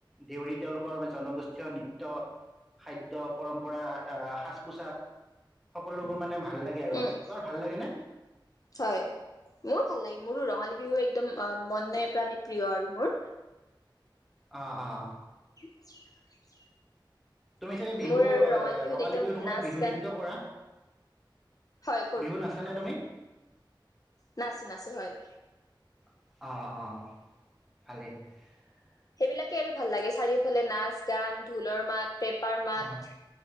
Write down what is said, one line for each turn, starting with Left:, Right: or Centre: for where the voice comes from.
Centre: দেউৰী তেওঁলোকৰ জনগোষ্ঠীয় নৃত্য খাদ্য পৰম্পৰা সাজ পোছাক সকলোবোৰ মানে ভাল লাগে আৰু
Left: উম
Centre: তোমাৰ ভাল লাগেনে
Left: হয় মোৰো ভাল লাগে মোৰো ৰঙালী বিহু একদম অঁ মনে প্ৰাণিত প্ৰিয় আৰু মোৰ
Centre: অঁ অঁ
Left: <unintelligible>
Centre: তুমি চাগে বিহু
Left: মোৰ আৰু বিহুত
Centre: ৰঙালী
Left: একদম
Centre: বিহু সময়ত
Left: নাচ
Centre: বিহু
Left: গান
Centre: নৃত্য কৰা
Left: হয়
Centre: বিহুত নাচানে তুমি
Left: নাছোঁ নাছোঁ হয়
Centre: অঁ অঁ ভালে
Left: সেইবিলাকে আৰু ভাল লাগে চাৰিওফালে নাচ গান ঢোলৰ মাত পেপাৰ মাত
Centre: অঁ